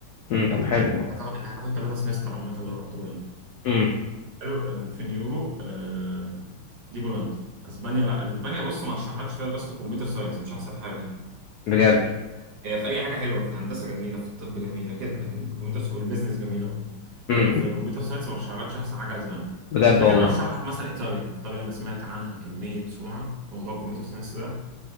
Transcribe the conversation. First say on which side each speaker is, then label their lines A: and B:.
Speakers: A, on the left (about 80°); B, on the right (about 55°).
A: امم طب حلو
B: انت فاهم انت هتاخد انت هتاخد ثلاثة سمستر عامة لو رحت بولندا
A: امم
B: حلو آه، 2000 يورو آه، دي بولندا اسبانيا لا اسبانيا بص ما ارشحلكش فيها دراسة الكمبيوتر ساينس مش احسن حاجة
A: بجد
B: هي في اي حاجه حلوه في الهندسه جميله في الطب جميله كده لكن الكمبيوتر والبيزنس جميله برضه
A: امم
B: لكن في كمبيوتر ساينس ما رشحلكش احسن حاجه اسبانيا
A: بجد
B: لكن
A: والله
B: ارشح لك مثلا ايطاليا ايطاليا انا سمعت عنها كميه سمعه في موضوع الكمبيوتر ساينس ده